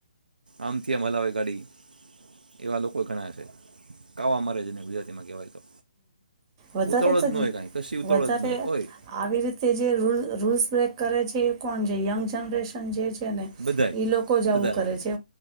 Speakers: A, on the right; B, on the right.
A: આમથી આમ હલાવે ગાડી એવા લોકો ગણા છે. કાવા મારે જેને ગુજરાતીમાં કહેવાય તો
B: વધારે
A: ઉતાવળ
B: તો
A: જ ન હોય કાંઈ કશી ઉતાવળ
B: વધારે
A: જ ન હોય હોય
B: આવી રીતે જે રુ રુલ્સ ને કરે છે એ કોણ જે યંગ જનરેશન જે છે ને
A: બધાય
B: એ લોકો જ આવું
A: બધા
B: કરે
A: આવી જાય
B: છે